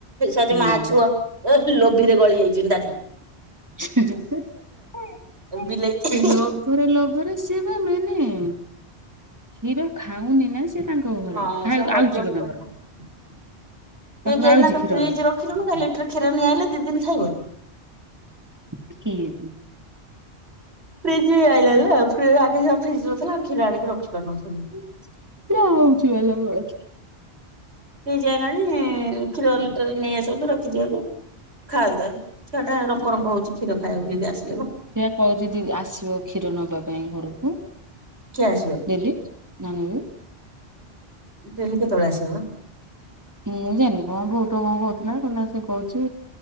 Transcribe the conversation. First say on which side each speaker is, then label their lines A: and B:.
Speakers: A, on the right (about 75°); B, on the right (about 15°).
A: ସହଚେ
B: ହୁଁ।
A: ମା ଛୁଆ <unintelligible> <unintelligible>
B: <inaudible>
A: ବିଲେଇ
B: ଲୋଭରେ ଲୋଭରେ ସିଏ ବା ମେନେ କ୍ଷୀର ଖାଉନୀନା ସେ ତାଙ୍କ ଘରେ
A: ହଁ
B: ଖାଉ
A: ସେ ହଜମ
B: ଆଉଛି କଣ
A: କରିପାରୁନି
B: ତାଙ୍କର
A: <unintelligible>
B: ତାଙ୍କର
A: ଏଇନା
B: ଆଉଛି
A: ତ
B: କ୍ଷୀର
A: ଫ୍ରିଜ ରଖିଲୁନି କାଲି ଲିଟର କ୍ଷୀର ନେଇ ଆଇଲେ ଦି ଦିନି ଖାଇବ ନି
B: <unintelligible>
A: ଫ୍ରିଜ୍ ହେଇ ଆଇଲାଣି ଲା ଫ୍ରି ଆଗେ ସିନା ଫ୍ରିଜ ନ ଥିଲା କ୍ଷୀର ଆଣିକି ରଖି ପାରୁନଥିଲୁ।
B: <unintelligible>
A: ଫ୍ରିଜ୍ ଆଇଲାଣି କ୍ଷୀର ଲିଟରେକି ନେଇ ଆସନ୍ତୁ ରଖିଦିଅନ୍ତୁ। ଖାଆନ୍ତା ଛୁଆ ଟା ରଙ୍କ ରଙ୍କ ହଉଛି କ୍ଷୀର ଖାଇବାକୁ ଯେମିତି ଆସ
B: ସେଆ କହୁଛି ଦିଦି ଆସିବ କ୍ଷୀର ନବା ପାଇଁ ଘରକୁ
A: କିଏ ଆସିବ
B: ଡେଲି <unintelligible>
A: ଡେଲି କେତେବେଳେ ଆସିବ ବା
B: ମୁଁ ଜାଣିନି କଣ ବୋଉ ତ କଣ କହୁଥିଲା କହିଲା ସେ କଇଚି